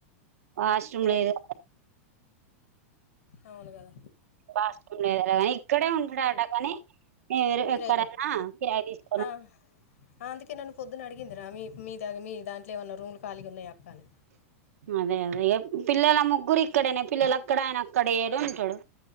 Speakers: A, on the right (about 85°); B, on the left (about 75°).
A: వాష్రూమ్
B: కిరాయి
A: లేదాట
B: అవును గదా
A: బసరూమ్ లేదట కాని ఇక్కడే ఉంటాడ కాని, ఏరే
B: కిరాయికు
A: ఎక్కడైన్నా ఫిరాయి దిస్
B: ఆ ఆ అందుకే నన్ను పొద్దున అడిగిందిరా మీ మీ దాగ మీర్ దాంట్లో ఏమన్నా రూములు ఖాళీగా ఉన్నాయా అక్క అని.
A: అదే అదే ఇగ పిల్లల ముగ్గురు ఇక్కడేనా పిల్లలు అక్కడ ఆయన అక్కడ ఏడుంటాడు.